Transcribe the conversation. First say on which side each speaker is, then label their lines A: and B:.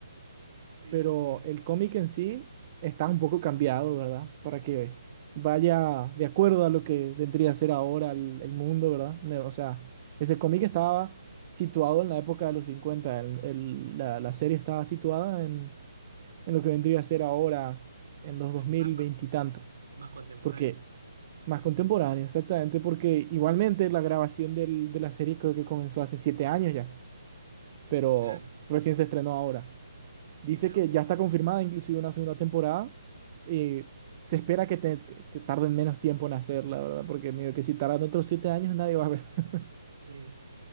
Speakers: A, on the right; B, on the right.
A: Sí,
B: pero
A: y,
B: el cómic en sí está un poco cambiado, ¿verdad? Para que vaya de acuerdo a lo que vendría a ser ahora el, el mundo, ¿verdad? Ne- O sea,
A: sí,
B: ese
A: sí.
B: cómic estaba situado en la época de los 50, el- el- la, la serie estaba situada en, en lo que vendría a ser ahora, en los
A: Eh,
B: 2020
A: más, más,
B: y tanto,
A: más contemporáneo.
B: porque más contemporáneo, exactamente, porque igualmente la grabación del- de la serie creo que comenzó hace siete años ya, pero
A: Claro.
B: recién se estrenó ahora. Dice
A: Mirá
B: que
A: vos.
B: ya está confirmada inclusive una segunda temporada. Eh, se espera que te- te- te tarden menos tiempo en hacerla, ¿verdad? Porque medio que si tardan otros siete años nadie va a ver. <laughs>
A: Sí.